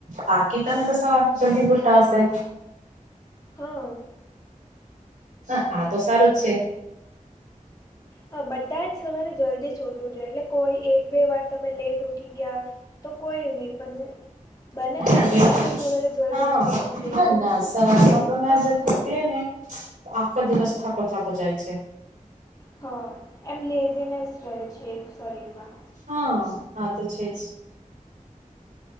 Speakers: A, on the right (about 80°); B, on the left (about 25°).
A: બાકી તમે તો સવાર જલ્દી મોટા હશે.
B: હા.
A: હ, આ તો સારું જ છે.
B: હા, બધા જ સવારે જલ્દી ઉઠવું જોઈએ, એટલે કોઈ એક બે વાર તમે લેટ. ઠીક, તો કોઈ નો પણ. બને
A: હા
B: ત્યાં સુધી
A: દિવસ
B: તો સવારે જલ્દી
A: હા
B: જ ઉઠવું જોઈએ,
A: હા
B: તેનાથી
A: ના સવારમાં
B: તમારી હેલ્થ
A: તો ના
B: પણ
A: જલ્દી
B: સારી
A: ઉઠીએ
B: હોય.
A: ને આખો દિવસ થાકો-થાકો જાય છે.
B: હા, એમ લેઝીનેસ રહે છે, એક શરીરમાં
A: હા. હા, તો છે જ.